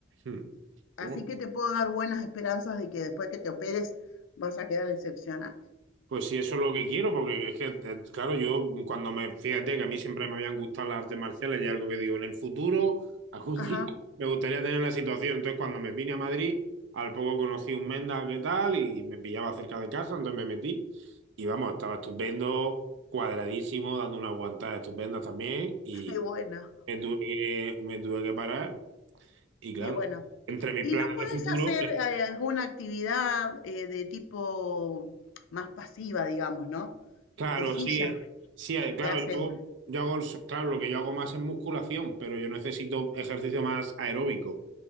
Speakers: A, on the right; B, on the left.
A: mm,
B: Así
A: uh,
B: que te puedo dar buenas esperanzas de que después que te operes vas a quedar excepcional.
A: Pues sí, eso es lo que quiero, porque es que, eh, claro, yo cuando me, fíjate que a mí siempre me habían gustado las artes marciales y algo que digo, en el futuro, <laughs> algún
B: Ajá,
A: día me gustaría tener la situación. Entonces, cuando me vine a Madrid, al poco conocí un Menda que tal y me pillaba cerca de casa, entonces me metí y vamos, estaba estupendo, cuadradísimo, dando una aguantada estupenda también y
B: <laughs> y bueno,
A: me tuve que, me tuve que parar y claro,
B: y bueno.
A: entre mis
B: ¿Y
A: planes
B: no podés
A: de futuro...
B: hacer eh, alguna actividad eh, de tipo más pasiva, digamos, ¿no?
A: Claro,
B: De silla
A: sí, sí, eh, claro,
B: que hacen,
A: yo, yo hago, el so- claro, lo que yo hago más es musculación, pero yo necesito ejercicio más aeróbico. O